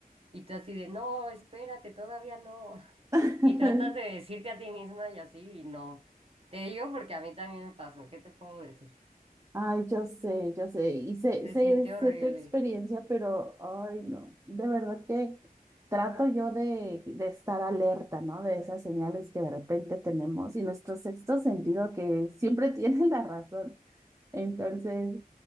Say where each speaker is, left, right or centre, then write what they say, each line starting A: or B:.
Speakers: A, on the right (about 40°); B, on the right (about 20°).
A: y tú así de no, espérate, todavía no.
B: <laughs>
A: Y tratas de decirte a ti misma y así y no. Te digo porque a mí también me pasó, ¿qué te puedo decir?
B: Ay, yo sé, yo sé, y sé,
A: Se
B: sé,
A: siente horrible.
B: sé tu experiencia, pero, ay, no, de verdad que trato yo de, de estar alerta, ¿no? De esas señales que de repente tenemos y nuestro sexto sentido que siempre <laughs> tiene la razón. Entonces,